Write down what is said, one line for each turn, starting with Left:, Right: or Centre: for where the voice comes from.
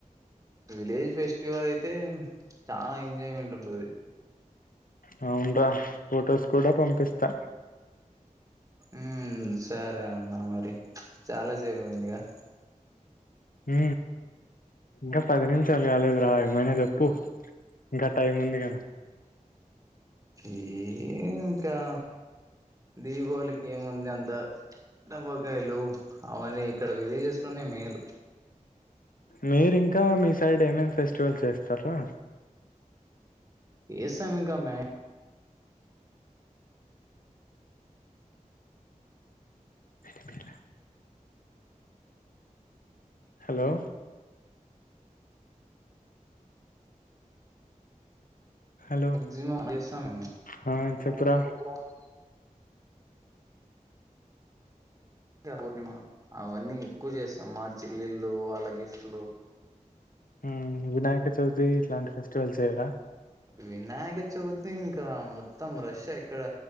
Right: విలేజ్ ఫెస్టివల్ అయితే చాలా ఎంజాయ్మెంటుంటది
Left: హవున్ రా ఫొటోస్ కూడా పంపిస్తా
Right: ఊ సరే అన్న మరి చాలాసేపయిందిగా
Left: ఊ ఇంకా పది నిమిషాల్ గాలేదు రా ఏమైనా జెప్పు ఇంకా టైముంది గదా
Right: ఏ ఇంకా దీపావళికేముంది అంతా డబ్బకాయ్లు అవన్నీ ఇక్కడ విలేజెస్ లోనే మేలు
Left: మీరింకా మీ సైడ్ ఏమేం ఫెస్టివల్స్ చేస్తర్రా
Right: ఏస్తమింక మ్యా
Left: పెళ్లి పిల్ల హలో హలో
Right: ఆ చొప్పు
Left: ఆ
Right: రా
Left: చెప్పురా
Right: గా పూర్ణిమా అవన్నీ ఎక్కువ్ జేస్తామ్ మా చెల్లిళ్లు వాళ్ళ గిఫ్ట్లు
Left: హు వినాయక చవితీ ఇట్లాంటి ఫెస్టివల్స్ చేయ్యరా
Right: వినాయక చవితి ఇంకా మొత్తం రష్యే ఇక్కడ